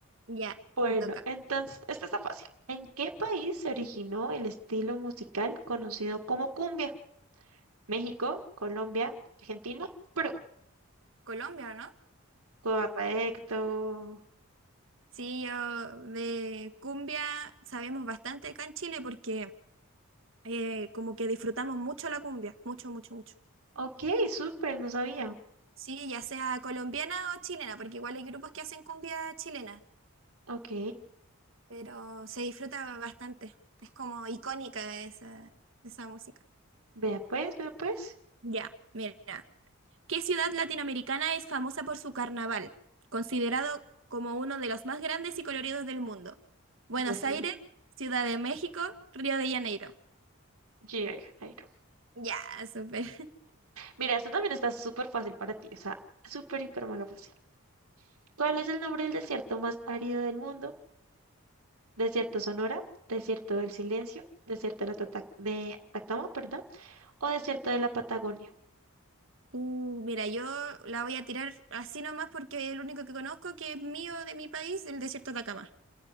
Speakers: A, on the right; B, on the right.
A: Ya,
B: Bueno,
A: te toca.
B: entonces, esta está fácil. ¿En qué país se originó el estilo musical conocido como cumbia? México, Colombia, Argentina, Perú.
A: Colombia, ¿o ¿no?
B: Correcto.
A: Sí, yo de cumbia sabemos bastante acá en Chile porque eh, como que disfrutamos mucho la cumbia. Mucho, mucho, mucho.
B: Ok, súper, no sabía.
A: Sí, ya sea colombiana o chilena, porque igual hay grupos que hacen cumbia chilena,
B: Ok,
A: pero se disfruta bastante. Es como icónica esa, esa música.
B: vea pues, vea pues.
A: Ya, mira. ¿Qué ciudad latinoamericana es famosa por su carnaval, considerado como uno de los más grandes y coloridos del mundo? Buenos
B: Brasil,
A: Aires, Ciudad de México, Río de Janeiro.
B: Río de Janeiro.
A: Ya, súper.
B: Mira, esto también está súper fácil para ti, o sea, súper, hiper, mega fácil. ¿Cuál es el nombre del desierto más árido del mundo? ¿Desierto Sonora? ¿Desierto del Silencio? ¿Desierto de, la Tata- de Atacama, perdón? ¿O desierto de la Patagonia?
A: Uh, mira, yo la voy a tirar así nomás porque es el único que conozco que es mío de mi país, el desierto de Atacama.